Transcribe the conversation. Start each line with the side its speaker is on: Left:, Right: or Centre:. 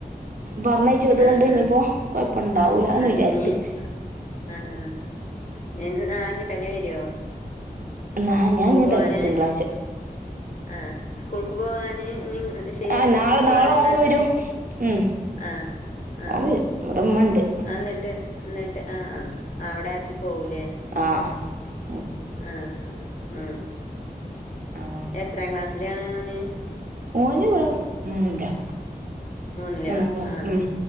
Right: പറഞ്ഞയചതുകൊണ്ട്
Left: ആഹ്
Right: ഇനിയിപ്പോ
Left: ആഹ്
Right: കൊഴപ്പം ഇണ്ടാവൂല എന്ന്
Left: ആഹ് ആഹ്
Right: വിചാരിക്
Left: ഇനി ആഹ് ആഹ് <unintelligible> വരുവോ
Right: ആ ഞാൻ
Left: സ്കൂൾക്ക്
Right: <unintelligible>
Left: പോവാന്
Right: തിങ്കളാഴ്ച
Left: ആഹ് സ്കൂൾക്ക് പോകാന് ശനിയാഴ്
Right: ആ നാളെ
Left: സ്കൂൾക്ക് പോകാന
Right: നാളെ
Left: എന്താട്ട്
Right: ഓൻ വരും ഉം
Left: ആഹ് ആഹ്
Right: ഓൻ വരും ഇവിടെ ഉമ്മ ഉണ്ട്
Left: എന്നിട്ട് എന്നിട്ട് ആ ആ അവിടെ ആക്കി പോവലേ
Right: ആഹ്
Left: ആഹ് ഉം
Right: ആ
Left: എത്രാം ക്ലാസ്സിലാണ് അവന്
Right: ഓന് <unintelligible>
Left: മൂന്നിലോ
Right: മൂന്നാം ക്ലാസ്
Left: ആഹ്
Right: ഉം